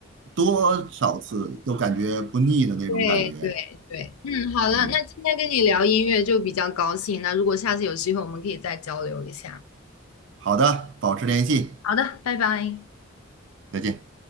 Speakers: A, on the right; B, on the left.
A: 多少次都感觉不腻的那种感觉。
B: 对对对，嗯，好的，
A: 嗯，
B: 那今天跟你聊音乐就比较高兴，那如果下次有机会，我们可以再交流一下。
A: 好的，保持联系，
B: 好的，拜拜。
A: 再见。